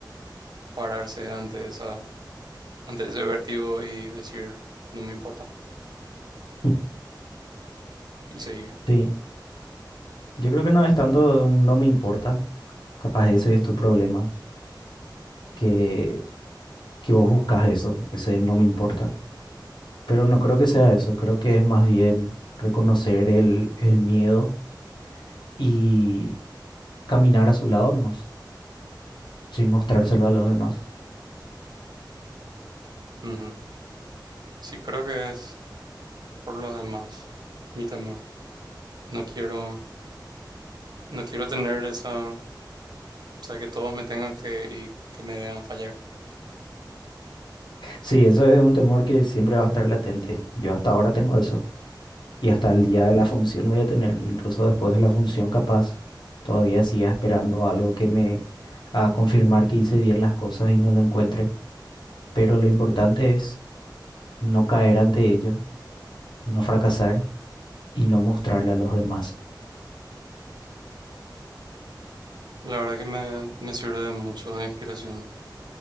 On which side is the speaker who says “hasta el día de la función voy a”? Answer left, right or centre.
Left